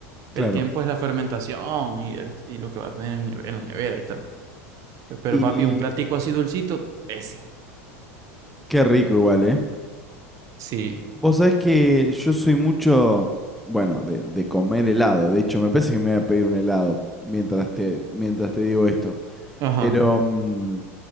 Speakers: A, in the centre; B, on the right (about 45°).
A: claro.
B: El tiempo es la fermentación y, el, y lo que va a tener en, en la nevera y tal. Pero
A: Y
B: papi, un platico así dulcito, ese.
A: qué rico igual, ¿eh?
B: Sí.
A: Vos sabés que yo soy mucho, bueno, de, de comer helado. De hecho, me parece que me voy a pedir un helado mientras te, mientras te digo esto.
B: Ajá,
A: Pero, mm,